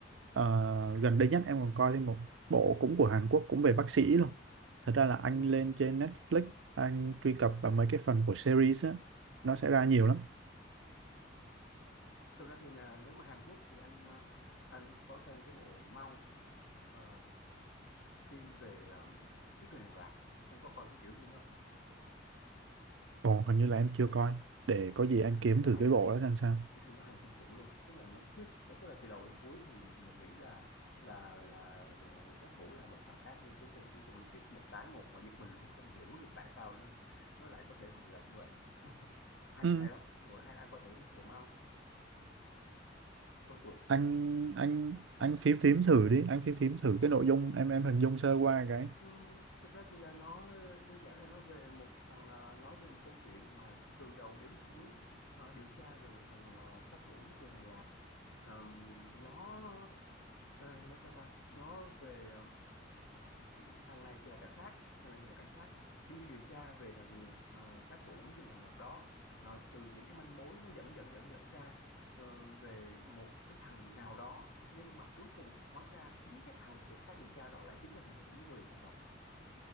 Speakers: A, on the right; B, on the left.
A: Ờ, gần đây nhất em còn coi thêm một bộ cũng của Hàn Quốc cũng về bác sĩ luôn thật ra là anh
B: ừ.
A: lên trên Netflix anh truy cập vào mấy cái phần của series á nó sẽ ra nhiều lắm
B: Thực ra thì là nếu mà Hàn Quốc thì anh ờ, anh có xem cái bộ Mouse ờ, phim về ờ, giết người hàng loạt em có coi cái kiểu phim đó không?
A: còn hình như là em chưa coi để có gì em
B: Ủa, cái
A: kiếm
B: phim nó
A: thử
B: hay
A: cái bộ
B: hay
A: đó xem sao
B: cái phim nó hay kinh khủng luôn tức là nó twist tức là từ đầu đến cuối thì mình nghĩ là là là sát thủ là một thằng khác nhưng cuối cùng cuối cùng nó twist một cái một mà giật mình luôn không hiểu được tại sao nó nó lại có thể thành ra như vậy luôn <laughs> hay
A: ừ.
B: hay lắm bộ đó hay lắm. anh coi thử đi bộ Mouse tôi chuột
A: anh anh anh phím phím thử đi anh phím phím thử cái nội dung em em hình dung sơ qua cái
B: Ừ, thực ra thì là nó đơn giản là nó về một thằng à, nói về một câu chuyện mà từ đầu đến cuối à, điều tra về một thằng à, sát thủ giết người hàng loạt Ờ, nó ờ, nó sao ta nó về ờ, thằng này thì là cảnh sát thằng này thì là cảnh sát đi điều tra về thằng nhà- ờ, sát thủ giết người hàng loạt đó Ờ, từ những cái manh mối nó dẫn dẫn dẫn dẫn ra ờ, về một cái thằng nào đó nhưng mà cuối cùng hóa ra chính cái thằng cảnh sát điều tra đó lại chính là thằng sát thủ giết người hàng loạt